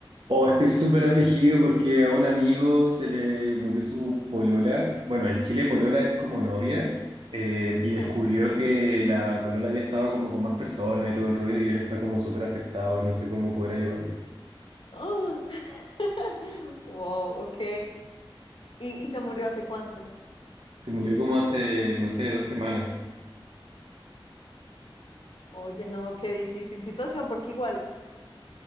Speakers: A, on the right; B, on the left.
A: Oh, estoy súper afligido porque a un amigo se le murió su polola. Bueno, en Chile polola es como novia. eh,
B: Sí.
A: y descubrió que la polola había estado como con más personas y todo el rollo y él está como súper afectado y no sé cómo poder ayudarlo.
B: ¡Ah! <laughs> Wow, ok. ¿Y, y se murió hace cuánto?
A: Se murió como hace, no sé, dos semanas.
B: Oye, no, qué difícil situación, porque igual,